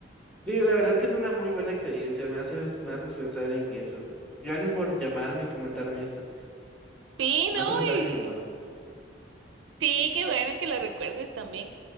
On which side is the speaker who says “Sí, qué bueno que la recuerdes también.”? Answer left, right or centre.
Right